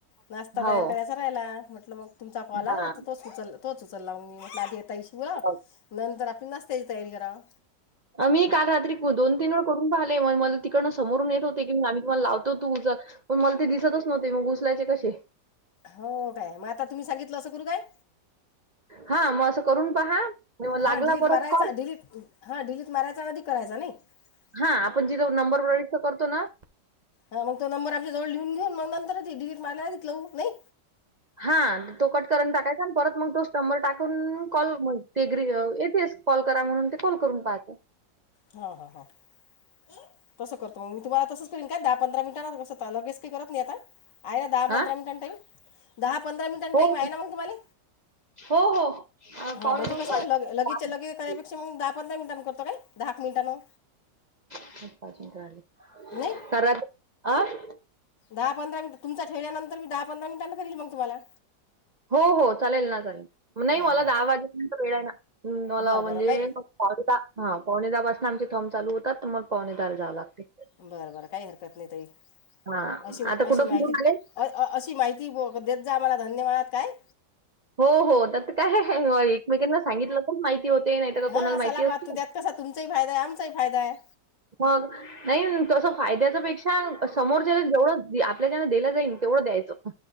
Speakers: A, on the left (about 75°); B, on the right (about 45°).
A: नाश्ता
B: हो.
A: तयार कराय करायला म्हटलं मग तुमचा काॅल
B: हां.
A: आला तोच उचल तोच उचलला मग मी म्हटलं आधी या ताईशी बोलाव
B: हो.
A: नंतर आपण नाश्त्याची तयारी कराव.
B: आ मी काल रात्री दोन तीन वेळ करून पाहिले मग मला तिकडं समोरून येत होते की आम्ही तुम्हाला लावतो तु जर पण मला ते दिसतच नव्हते मग उचलायचे कशे?
A: हो काय मग आता तुम्ही सांगितलं असं करू काय?
B: हां, मग असं करून पहा. मग लागला
A: हा डलीट
B: परत
A: मारायचा
B: कॉल
A: डिलीट हा डिलीट मारायचा आध करायचा नाही ह <unintelligible>
B: हा आपण जिथे नंबर प्रविष्ट करतो ना
A: हां मग तो नंबर आमच्याजवळ लिहून घेऊ मग नंतरच डिलीट मारलं नायी
B: हा तो कट कून टाकायचा आणि परत मग तो स्टंबर टाकून कॉल ते ग्री येतेस कॉल करा म्हणून ते कॉल करून पाहत्या
A: हा ह हं तस करतो मी तुम्हाला तसं करीन का दहा पंधरा मिनटं कसं लगेच काही करत नाही आता आहे ना दहा पंधरा
B: आ?
A: मिनटां टाईम दहा पंधरा मिनटांन
B: हो,
A: टाईम
B: हो.
A: आहे ना मग तुम्हाला.
B: हो हो अ,
A: हा
B: पावणे
A: म्हणजे कसं
B: वाजले.
A: लग लगेचच्या लगेच करण्यापेक्षा मग दहा पंधरा मिनट करतो काय दहा एक मिनिटांन
B: <unintelligible> <inaudible>
A: नाही दहा पंधरा मिनट तुमचा ठेवल्यानंतर मी दहा पंधरा मिनटांन करीन मी तुम्हाला
B: हो हो चालेल ना चालेल नाही
A: हां
B: मला
A: हां
B: दहा वाजेपर्यंत वेळ आहे ना मला
A: बरं
B: म्हणजे
A: बरं काही
B: फ पावणेदा हा पावणे दहा पाासून आमचे थंम चालू होतात तर मग पावणे दाहाला जावे लागते.
A: बरं बरं काही हरकत नाही ताई
B: हां.
A: अशी
B: आता
A: अशी
B: कुठं फिरून
A: माहिती
B: आले?
A: अ अशी माहिती देत जा आम्हाला धन्यवाद काय?
B: हो हो तसं काय एकमेकांना सांगितलं तर माहिती होते नाहीतर का कोणाला
A: हा
B: माहिती
A: सालाबाद
B: असते.
A: तो त्यात कसा तुमचाही फायदाय आमचाही फायदाय.
B: मग नाही तसं फायद्याच्या पेक्षा समोरच्या जेवढं आपल्याचानं दिलं जाईल तेवढं द्यायचं.